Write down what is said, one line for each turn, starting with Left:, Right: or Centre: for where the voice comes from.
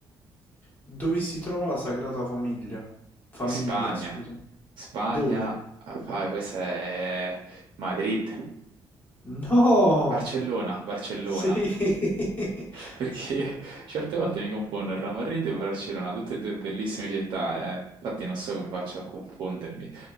Left: dove si trova la Sagrada Famiglia? Famiglia,
Right: In Spagna.
Left: scusa.
Right: Spagna,
Left: Dove?
Right: ah, fa- questa è Madrid.
Left: No!
Right: Barcellona, Barcellona.
Left: Sì, <laughs>
Right: Perché
Left: sì.
Right: <laughs> certe volte mi confondo il Real Madrid e Barcellona, tutte e due bellissime città, eh. Infatti non so come faccio a confondermi,